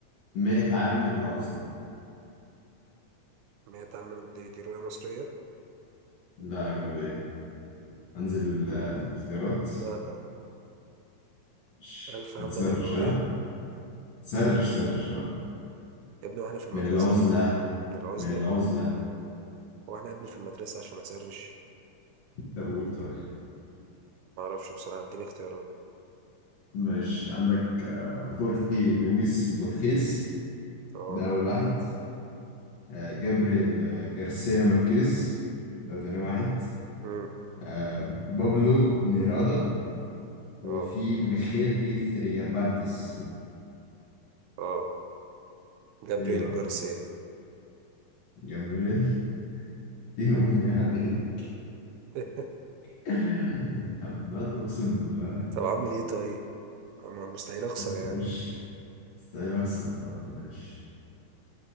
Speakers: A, on the left; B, on the right.
A: 100 عام من العزلة
B: مئة عام من دي, دي رؤية مصرية
A: لا أجنبية أنزل بال- الاختيارات
B: لا لا لا
A: ماشي
B: ألف عام
A: هتسرش
B: من الرؤية
A: ها سرش سرش اه
B: يا ابني واحنا في المدرسة
A: من العزلة
B: من العزلة
A: من العزلة
B: واحنا ابني في المدرسة عشان أسرش
A: طب قول طيب
B: معرفش بصراحة اديني اختيارات
A: ماشي عندك آه، خورخي لويس بورخيس
B: اه
A: ده أول واحد آه، جابريل آه، جارسيا ماركيز ده تاني واحد
B: مم.
A: آه، بابلو نيرادا وفي
B: اه
A: ميخيل دي ثريابانتس
B: اه جابرييل
A: ايه بقى
B: جارسيا
A: جابريل دين امي عليه
B: <laughs>
A: <laughs> هبات اقسم بالله
B: طب أعمل ايه طيب أما مستحيل أخسر يعني
A: مش استحيل اخسر اه ماشي